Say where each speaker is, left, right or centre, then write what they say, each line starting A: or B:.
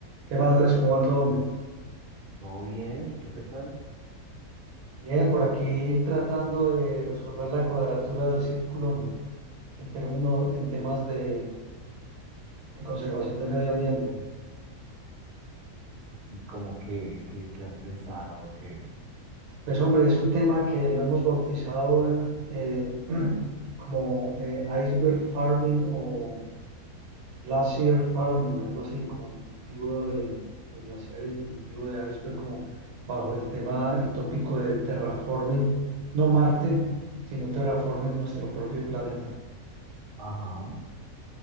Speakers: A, on the right; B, on the right.
A: ¿Qué más, Andrés? ¿Cómo va todo, hombre?
B: Todo bien, ¿y tú qué tal?
A: Bien, por aquí tratando de resolver la cuadratura del círculo, hombre, en términos, en temas de, de conservación del medio ambiente.
B: ¿Y como que, que, que has pensado que,
A: Pues, hombre, es un tema que lo hemos bautizado eh, <clears throat> como eh, iceberg farming o glacier farming, algo así, como cultivo de, de glaciares y cultivo de iceberg, como bajo el tema, el tópico de terraforming, no Marte, sino terraforming nuestro propio planeta.
B: ajá,